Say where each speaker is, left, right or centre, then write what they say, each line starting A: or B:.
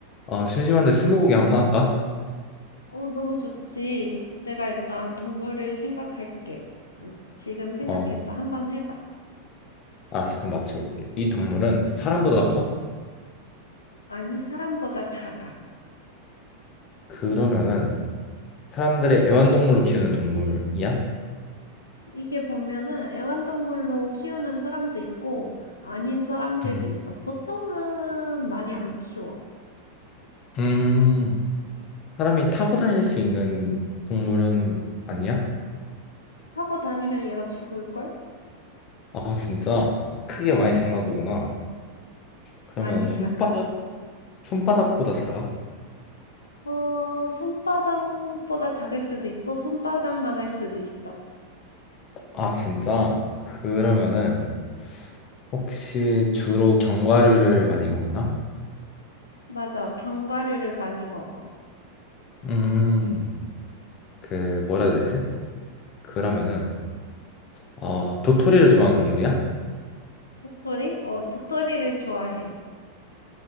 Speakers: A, on the left; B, on the left.
A: 어, 심심한데 스무고개 한 판 할까?
B: 어, 너무 좋지. 내가 일단 동물을 생각할게. 음, 지금 생각했어.
A: 어,
B: 한번 해봐.
A: 알았어. 그럼 맞춰볼게. 이 동물은 사람보다 커?
B: 아니, 사람보다 작아.
A: 그러면은 사람들의 애완동물로 키우는 동물이야?
B: 이게 보면은 애완동물로 키우는 사람도 있고, 아닌 사람들도
A: 음.
B: 있어. 보통은 많이 안 키워.
A: 음, 사람이 타고 다닐 수 있는 동물은 아니야?
B: 하고 다니면 얘가 죽을걸?
A: 아, 진짜 크게 많이 장난보구나. 그러면
B: 많이
A: 손바닥,
B: 작아.
A: 손바닥보다 작아?
B: 어, 손바닥보다 작을 수도 있고, 손바닥만 할 수도 있어.
A: 아, 진짜? 그러면은 혹시 주로 견과류를 많이 먹나?
B: 맞아. 견과류를 많이 먹어.
A: 음, 그 뭐라 해야 되지? 그러면은 어, 도토리를 좋아하는 동물이야?
B: 도토리? 어, 도토리를 좋아해.